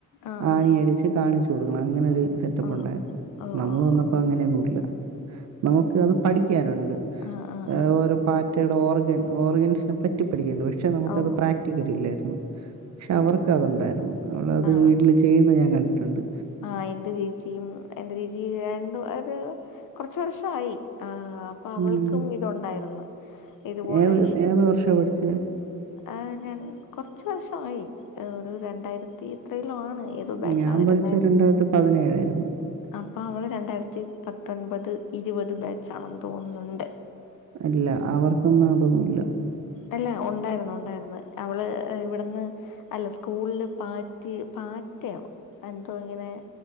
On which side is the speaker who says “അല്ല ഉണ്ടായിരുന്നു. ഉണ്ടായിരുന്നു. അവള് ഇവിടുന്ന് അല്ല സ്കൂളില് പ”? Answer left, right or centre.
Left